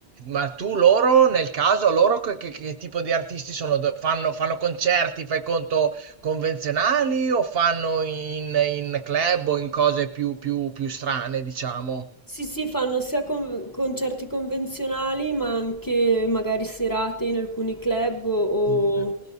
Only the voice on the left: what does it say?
Sì, sì, fanno sia con- concerti convenzionali, ma anche magari serate in alcuni club o,
o